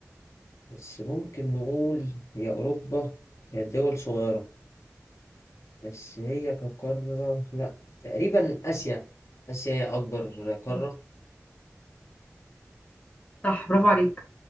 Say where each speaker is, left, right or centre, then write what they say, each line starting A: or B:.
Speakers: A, on the left (about 70°); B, on the left (about 25°).
A: بس ممكن نقول هي أوروبا هي الدول صغيرة بس هي كقارة لا تقريبا آسيا آسيا هي أكبر قارة
B: مم. صح برافو عليك